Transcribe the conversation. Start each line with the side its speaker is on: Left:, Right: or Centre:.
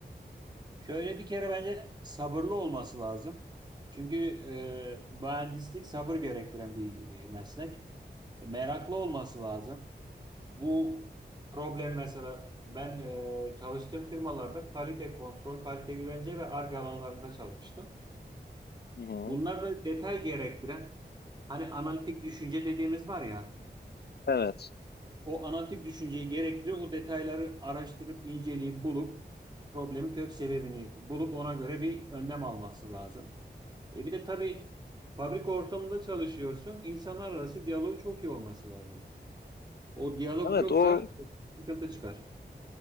Right: Şöyle bir kere bence sabırlı olması lazım. Çünkü e, mühendislik sabır gerektiren bir e, meslek. E, Meraklı olması lazım. Bu problem mesela ben e, çalıştığım firmalarda kalite kontrol, kalite güvence ve Ar-Ge alanlarında çalıştım.
Left: Hı hı.
Right: Bunlar da detay gerektiren hani analitik düşünce dediğimiz var ya
Left: Evet.
Right: o analitik düşünceyi gerektiriyor. O detayları araştırıp inceleyip bulup problemin kök sebebini bulup ona göre bir önlem alması lazım. E bir de tabii fabrika ortamında çalışıyorsun. İnsanlar arası diyaloğu çok iyi olması lazım. O diyalog
Left: Evet
Right: yoksa
Left: o
Right: sıkıntı çıkar.